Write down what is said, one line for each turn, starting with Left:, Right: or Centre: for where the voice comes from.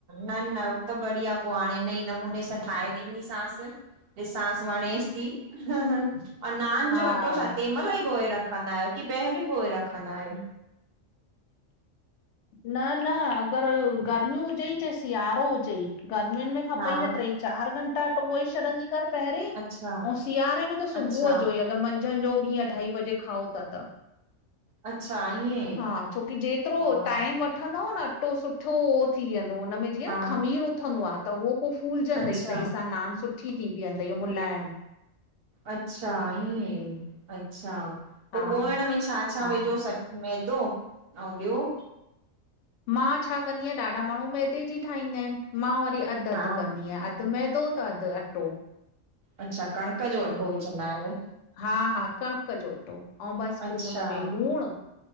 Right: न न हूं त बढ़िया पो हाणे इनई नमूने सां ठाहे ॾींदीसासं। ॾिसासि वणेस ती। ऐं नान
Left: हा
Right: जो अटो छा तंहिं महिल ही ॻोए रखंदा आहियो की पहिरियुई ॻोहे रखंदा आहियो?
Left: न न अगर गर्मी हुजे चाहे सिआरो हुजे गर्मीनि में खपई
Right: हा
Left: त ट्रे चार घंटा अटो ॻोहे छॾंदी कर पहिंरी
Right: अच्छा
Left: अउ सियारे में त सुबुह
Right: अच्छा
Left: जो ही जिअं मंझ मंझंनि जो ॿी अढाई बजे खाओ था त।
Right: अच्छा ईअं
Left: हा छोकी जेतिरो
Right: हा
Left: टाइम वठंदव न अटो सुठो थी वेंदो उन में जीअं
Right: हा
Left: न खमीर उथंदो आ त उहो पो फूलजंदई
Right: अच्छा
Left: सई सां नान सुठी थी बीहंदई अउ मुलायम।
Right: अच्छा ईअं अच्छा पो
Left: हा
Right: ॻोइण में छा- छा
Left: हा
Right: विझो मैदो अउ ॿियो?
Left: मां छा कंदी आहियां ॾाढा माण्हू मैदे जी ठाहींदा आहिनि मां वरी अधु
Right: हा
Left: अधु कंदी आहियां अधु अधु मैदो त अधु अटो।
Right: अच्छा कणिक जो अटो
Left: हूं
Right: विझंदा आहियो?
Left: हा हा कणिक जो अटो अउ बस
Right: अच्छा
Left: पो हुन में लूणु